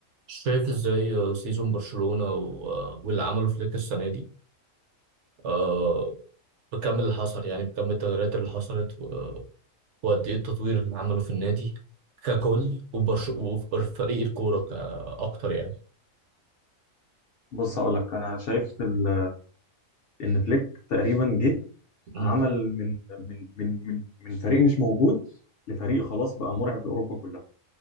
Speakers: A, on the right (about 65°); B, on the left (about 65°).
A: شايف ازاي آه، سيزون برشلونة و- آه، واللي عمله فليك السنة دي آه، بكم اللي حصل يعني بكم التغييرات اللي حصلت و- وقد ايه التطوير اللي عمله في النادي ككل وبرش وفي بر- فريق الكورة كأكتر يعني
B: بص هقول لك انا شايف ال- ان فليك تقريبا جه
A: مم.
B: عمل من من من من من فريق مش موجود لفريق خلاص بقى مرعب لاوروبا كلها